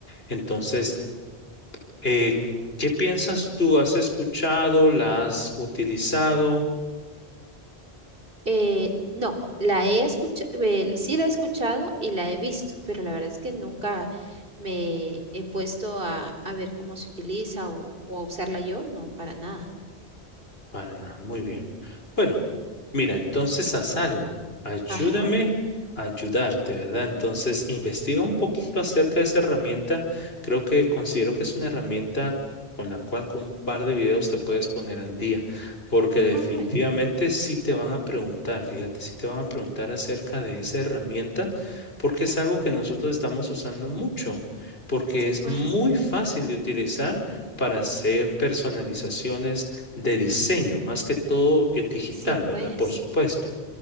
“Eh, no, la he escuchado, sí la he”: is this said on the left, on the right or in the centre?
Right